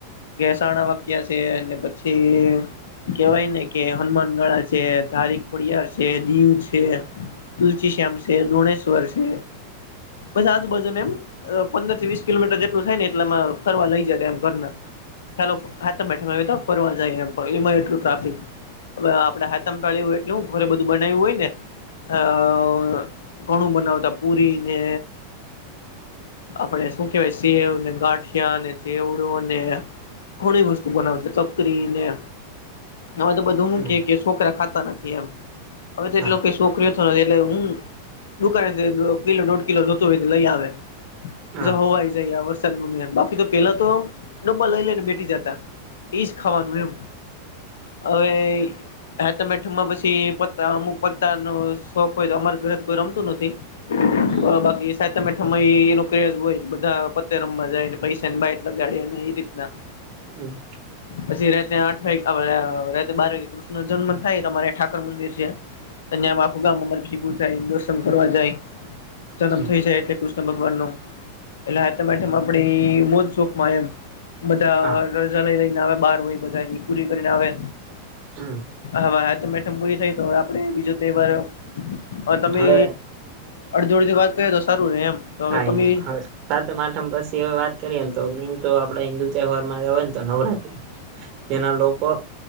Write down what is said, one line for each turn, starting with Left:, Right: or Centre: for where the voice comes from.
Left: ગેસાણા વાક્યા છે, ને પછી કેવાય ને કે હનુમાન ગળા છે, ધારીક કોડિયાર છે, દીવ છે. તુલસી શ્યામ છે, દોણેશ્વર છે, બધા આજ બાજુના એમ અહ પંદર થી વીસ કિલોમીટર જેટલું થાય ને એટલામાં ફરવા લઇ જાય એમ ઘરના. ચાલો હાતમ આઠમ આવ્યો તો ફરવા જાય એમ, પણ એમાંઈ એટલું ટ્રાફિક. અહ આપણે હાથમ <unintelligible> હોય, એટલે હું ઘરે બધું બનાયવું હોય ને અહ ઘણું બનાવતા પુરી ને
Right: <inaudible>
Left: આપડે શું કેવાય સેવ ને, ગાંઠિયા ને, ચવડો ને, ઘણી વસ વસ્તું બનાવતા,
Right: હમ
Left: ચકરીને, હવે તો બધું
Right: હમ
Left: હું કેય કે સોકરા ખાતા નથી એમ. હવે તો
Right: હા
Left: એટલો કઈ શોખ રહેતો નથી એટલે હું, દુકાને થી કિલો દોઢ કિલો જોતો હોય તો લઈ આવે,
Right: હા
Left: જે હવાય જાય આ વસ <unintelligible> બાકી તો પેલા તો ડબ્બા લઈ લઈન બેઠી જાતા. ઇજ ખવાાનું એમ. અવે
Right: હમ
Left: હાતમ- આઠમ માં પછી પતા અમુક પત્તા ન શોખ હોય તો અમાર ઘરે કોઈ રમતું નથી.
Right: હમ
Left: અ બાકી સાતમ આઠમમાં ઈ એનો ક્રેઝ હોય, બધા પત્તે રમવા જાય, ને પૈસા ની બાાયટ લગાડે ને ઈ રીતના. <inaudible>
Right: હમ્મ.
Left: પછી રાતે આઠ વાગે, અહ રાતે બાર વાગ્યે કૃષ્ણ જન્મ થાય, તો અમારે અહિયાં ઠાકર મંદિર સે. અને આમ આખું ગામ અમારે ભેગું થાય, દર્શન કરવા જાય, જન્મ
Right: હમ
Left: થઇ જાય એટલે ભગવાનનો, એટલે હાયતમ આયઠમ આપણે ઈ મોજ શોખમાં એમ. બધા
Right: હા
Left: રજા લઈ લઈને આવે બાર હોય બધા પૂરી કરીને આવે
Right: હમ
Left: હાવ ઠંરી થઈ તો આપડે બીજો તહેવાર હવે તમે
Right: હવે
Left: અડધી અડધી વાત કરી તો સારું રે એમ. તો હવે
Right: આ
Left: તમે
Right: એમ હાવે સાતમ આઠમ પછી હવે વાત કરીએને તો મેન તો આપડે હિન્દુ તહેવાર માં હોય ને તો નવરાત્રી.
Left: <inaudible>
Right: જેના લોકો